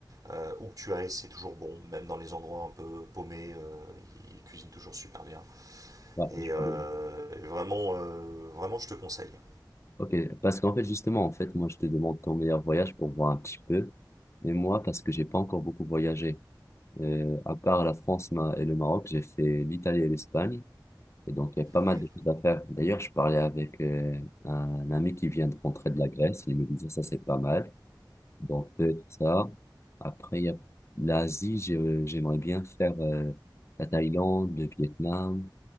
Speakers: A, on the right (about 50°); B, on the left (about 35°).
A: Euh, où que tu ailles, c'est toujours bon, même dans les endroits un peu paumés, euh, ils cuisinent toujours super bien.
B: Ouais,
A: Et,
B: je
A: euh,
B: vois bien.
A: et vraiment, euh, vraiment, je te conseille.
B: Ok, parce qu'en fait, justement, en fait, moi, je te demande ton meilleur voyage pour voir un petit peu. Mais moi, parce que j'ai pas encore beaucoup voyagé. Euh, à part la France ma- et le Maroc, j'ai fait l'Italie et l'Espagne. Et donc, il y a pas mal
A: Ouais.
B: de choses à faire. D'ailleurs, je parlais avec euh, un ami qui vient de rentrer de la Grèce. Il me disait, ça, c'est pas mal. Donc, peut-être ça. Après, il y a l'Asie, je- j'aimerais bien faire euh, la Thaïlande, le Vietnam.